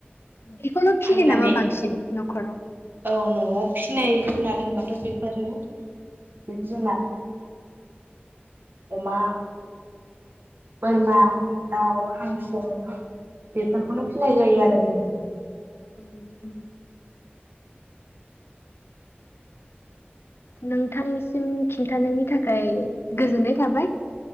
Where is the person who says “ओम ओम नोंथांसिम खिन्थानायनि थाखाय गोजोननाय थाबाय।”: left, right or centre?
Left